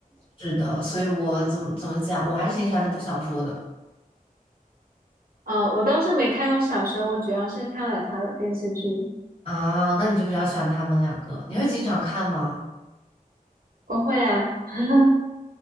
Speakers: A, on the left (about 35°); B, on the right (about 85°).
A: 是的，所以我怎么怎么讲，我还是挺喜欢那部小说的
B: 呃，我倒是没看过小说，我主要是看了他的电视剧。
A: 啊。那你就比较喜欢他们两个，你会经常看吗？
B: 我会啊，<laughs>